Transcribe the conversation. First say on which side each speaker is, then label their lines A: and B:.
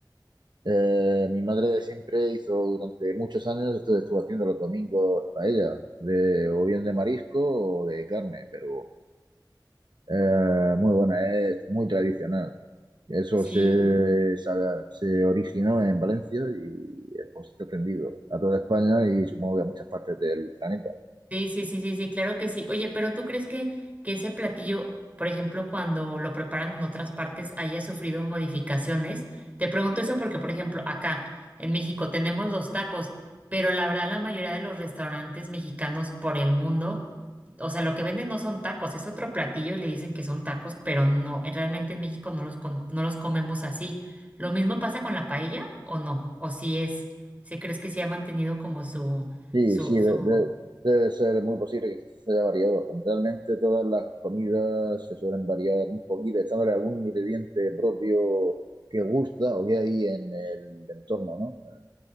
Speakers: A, on the right; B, on the right.
A: eh, mi madre de siempre hizo durante muchos años, estuvo, estuvo haciendo los domingos paella, de, o bien de marisco o de carne, pero eh, muy buena, es muy tradicional. Eso
B: Sí.
A: se, se, se originó en Valencia y es, pues, está extendido a toda España y supongo que a muchas partes del planeta.
B: Sí, sí, sí, sí, sí, claro que sí. Oye, pero ¿tú crees que, que ese platillo, por ejemplo, cuando lo preparan en otras partes, haya sufrido modificaciones? Te pregunto eso porque, por ejemplo, acá en México tenemos los tacos, pero la verdad la mayoría de los restaurantes mexicanos por el mundo, o sea, lo que venden no son tacos, es otro platillo y le dicen que son tacos, pero no, eh, realmente en México no los, con- no los comemos así. ¿Lo mismo pasa con la paella o no? ¿O si es, si crees que se ha mantenido como su,
A: Sí,
B: su,
A: sí, de-
B: su...
A: de- debe ser muy posible que se haya variado. Generalmente todas las comidas se suelen variar un poquito, echándole algún ingrediente propio que gusta o que hay en el entorno, ¿no? O